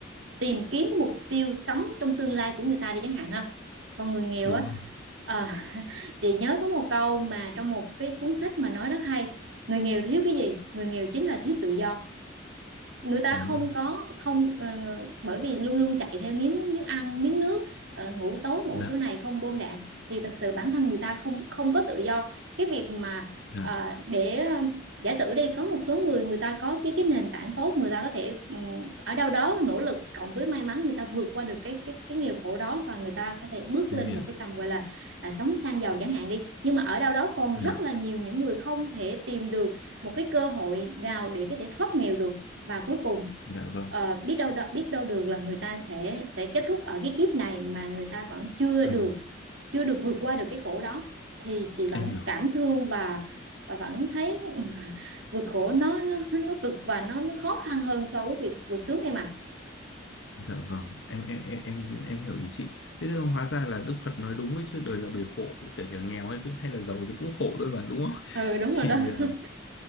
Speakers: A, on the right; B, on the left.
A: tìm kiếm mục tiêu sống trong tương lai của người ta đi chẳng hạn ha còn người nghèo
B: đúng
A: á
B: rồi.
A: ờ, <laughs> chị nhớ có một câu mà trong một cái cuốn sách mà nói rất hay người nghèo thiếu cái gì người nghèo chính là thiếu tự do người ta
B: Đúng
A: không
B: rồi.
A: có không ờ, bởi vì luôn luôn chạy theo miếng miếng ăn miếng nước ờ, ngủ tối ngủ
B: Dạ,
A: chỗ này không bom đạn thì thật sự bản thân người ta không không có tự do cái việc mà
B: dạ,
A: ờ, để ờ, giả sử đi có một số người người ta có cái cái nền tảng tốt người ta có thể ừm, ở đâu đó nỗ lực cộng với may mắn người ta vượt qua được cái cái cái nghèo khổ đó và người ta có thể bước
B: em
A: lên
B: hiểu.
A: một cái tầm gọi là à, sống sang giàu chẳng hạn đi nhưng mà ở đâu đó còn rất
B: Dạ,
A: là nhiều những người không thể tìm được một cái cơ hội nào để có thể thoát nghèo được và cuối cùng
B: dạ vâng.
A: ờ, biết đâu biết đâu được là người ta sẽ sẽ kết thúc ở cái kiếp này mà người ta vẫn chưa
B: Ừ,
A: được chưa được vượt qua được cái khổ đó thì chị vẫn
B: em hiểu.
A: cảm thương và và vẫn thấy <laughs> vượt khổ nó nó, nó cực và nó nó khó khăn hơn so với việc vượt sướng em ạ
B: Dạ vâng, em em em em em hiểu ý chị. Thế thì hóa ra là Đức Phật nói đúng ấy chứ đời là bể khổ, kể cả nghèo hay hay là giàu thì cũng khổ thôi mà đúng không?
A: ừ
B: <laughs>
A: đúng
B: Thì
A: rồi đó
B: ờ,
A: <laughs>